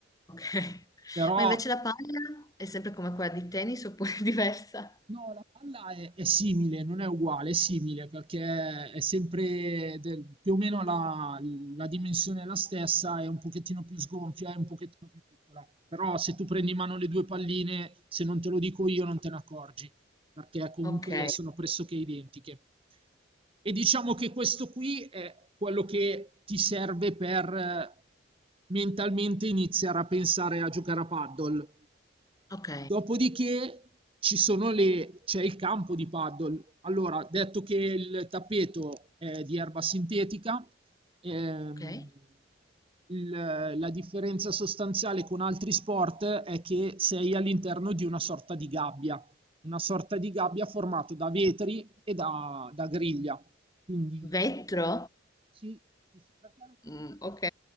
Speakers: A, on the left; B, on the right.
A: Ok.
B: però
A: Ma invece la palla è sempre come quella di tennis oppure <laughs> è diversa?
B: No, la palla è, è simile, non è uguale, è simile perché è sempre del- più o meno la, la dimensione è la stessa, è un pochettino più sgonfia, è un pochettino più piccola. Però se tu prendi in mano le due palline, se non te lo dico io, non te ne accorgi, perché comunque
A: Ok,
B: sono pressoché identiche. E diciamo che questo qui è quello che ti serve per eh, mentalmente iniziare a pensare a giocare a paddle
A: ok,
B: Dopodiché ci sono le, c'è il campo di paddle. Allora, detto che il tappeto è di erba sintetica, ehm,
A: ok.
B: il- la differenza sostanziale con altri sport è che sei all'interno di una sorta di gabbia, una sorta di gabbia formata da vetri e da, da griglia. Quindi, eh,
A: Vetro?
B: sì, sì, sì, per quello che
A: Mm, ok.